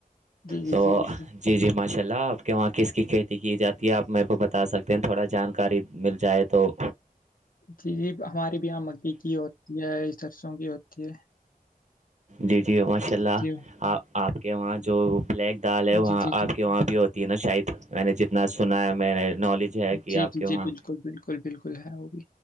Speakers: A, on the left; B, on the right.
A: جی، جی،
B: تو
A: جی، بالکل۔
B: جی جی ماشاء اللہ آپ کے وہاں کس کی کھیتی کی جاتی یہ آپ میرے کو بتا سکتے ہیں تھوڑا جانکاری مل جائے تو
A: جی جی ہمارے بھی یہاں مکئی کی ہوتی ہے سرسوں کی ہوتی ہے
B: جی جی ماشاء اللہ
A: جی،
B: آپ آپ کے وہاں جو بلیک دال ہے وہاں
A: جی، جی،
B: آپ
A: جی،
B: کے وہاں بھی ہوتی ت نا شاید میں نے جتنا سنا ہے میں نے نالج ہے کہ
A: جی
B: آپ
A: جی
B: کے وہاں
A: جی بالکل بالکل بالکل ہے وہ بھی